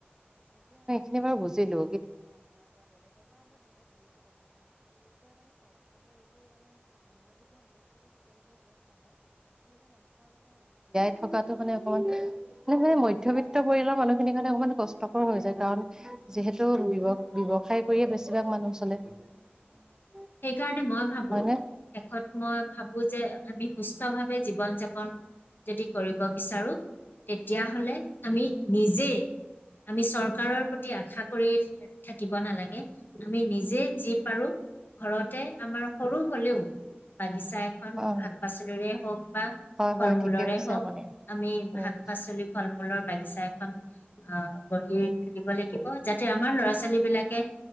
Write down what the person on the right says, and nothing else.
এ বাৰ বুজিলো <unintelligible>
হয়নে
অ
হয় হয়
ঠিকে
কৈছে
আপুনি
উম